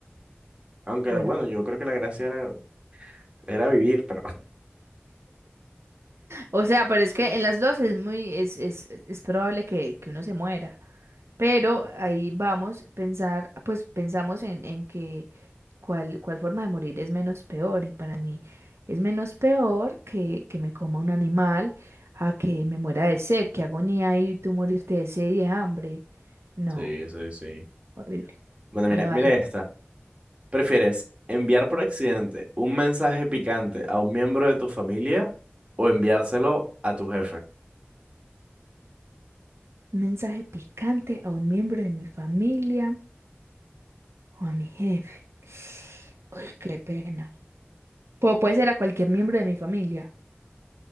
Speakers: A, on the right (about 25°); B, on the right (about 85°).
A: Aunque
B: Bueno,
A: bueno, yo creo que la gracia era, era vivir, pero... <laughs>
B: o sea, pero es que en las dos es muy, es, es, es probable que, que uno se muera, pero ahí vamos, pensar, pues pensamos en, en que cuál, cuál forma de morir es menos peor. Y para mí es menos peor que, que me coma un animal a que me muera de sed, qué agonía y tú morirte de sed y de hambre. No,
A: Sí, sí, sí.
B: horrible.
A: Bueno,
B: Bueno,
A: mira,
B: dale.
A: mira esta. ¿Prefieres enviar por accidente un mensaje picante a un miembro de tu familia o enviárselo a tu jefe?
B: Un mensaje picante a un miembro de mi familia o a mi jefe. Uy, qué pena. Pu- puede ser a cualquier miembro de mi familia.